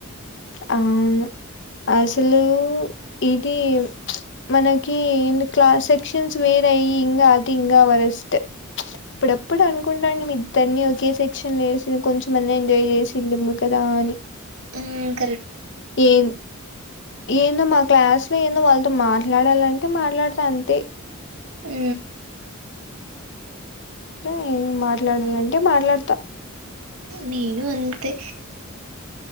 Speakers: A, on the left (about 55°); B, on the right (about 75°).
A: అవును అసలు ఇది మనకి క్లాస్ సెక్షన్స్ వేరయ్యి ఇంగా వరస్ట్ అప్పుడప్పుడు అనుకుంటాడిమీ ఇద్దరిని ఓకే సెక్షన్ లో వేసిన కొంతమంది ఎంజాయ్ చేసిండము కదా అని
B: మ్మ్ హ్హ్
A: ఏం ఏందో మా క్లాస్ ఏమో వాళ్ళతో మాట్లాడాలంటే మాట్లాడుత అంతే
B: హు
A: ఏం మాట్లాడాలి అంటే మాట్లా
B: నేను అంతే